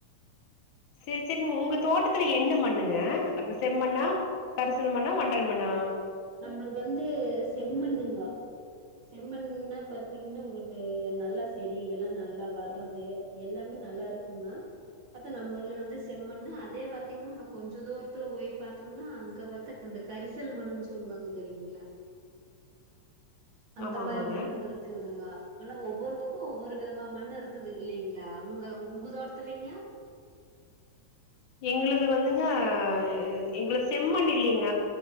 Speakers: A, on the left; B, on the right.
A: செரி செரிங்க உங்க தோட்டத்துல என்ன மண்ணுங்க அந்த செம்மண்ணா கரிசல் மண்ணா வண்டல் மண்ணா
B: நம்மளுக்கு வந்து செம்மண்ணுங்க செம்மண்ன்னா பார்த்தீங்கன்னா உங்களுக்கு நல்லா செடிகலா நல்லா வர்றது எல்லாமே நல்லாருக்குங்க பத்தா நம்ம இதுல வந்து செம்மண்ணு அதே பாத்தீங்கன்னா இன்னோ கொஞ்ச தூரத்து போய் பாத்தோம்னா அங்க தக்கு இந்த கரிசல் மண்னுன்னு சொல்லுவாங்க தெரியுங்களா அந்த
A: ஆமா
B: மாதிரி
A: ஆமாங்க
B: மண்ணுமிருக்கு இருக்குதுங்க ஆனா ஒவ்வொரு பக்கோ ஒவ்வொரு விதமா மண்ணு இருக்குது இல்லலைங்களா உங்க உங்க தோட்டத்துல்லைங்க
A: எங்களது வந்துங்க எங்களுது வந்துங்க செம்மண் இல்லைங்க